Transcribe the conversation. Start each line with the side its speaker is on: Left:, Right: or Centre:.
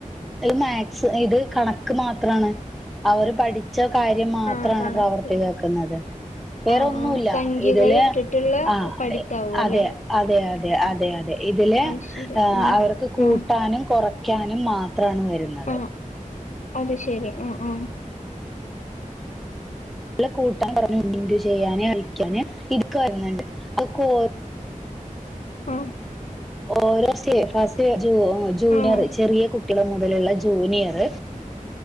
Centre: മാക്സ് ഇത് കണക്ക് മാത്രണ് അവര് പഠി കാര്യം മാത്രാണ്
Left: ആഹ് കണക്ക്
Centre: പ്രവർത്തി കേക്കുന്നത് വേറൊന്നുല്ല
Left: ആഹ് ആഹ് സംഖ്യകൾ
Centre: ഇതില്
Left: ഇട്ടിട്ടുള്ള
Centre: ആ
Left: പഠിത്താവും
Centre: അതെ
Left: അല്ലെ
Centre: അതെ അതെ അത് അതെ അതെ ഇതില്
Left: അത് ശരി ആഹ്
Centre: അവർക്ക് കൂട്ടാനും
Left: ആഹ്
Centre: കുറക് ക്യാ മാം അത്രാണ് വരുന്നത്
Left: ആഹ് അത് ശെരി ആ ആ
Centre: കൂട്ട പറ ഉം ഇന്റു ചെയ്യാനേ കഴിക്കാന് ഇട്ക്ക വരുന്നുണ്ട് അക്കോര്
Left: ആഹ
Centre: ഓരോ സ്റ്റ ഫാസ്റ്റ് ജൂ ജൂനിയറ്
Left: ആഹ്
Centre: ചെറ്യേ കുട്ട്യേളും അലുള്ള ജൂനിയറ്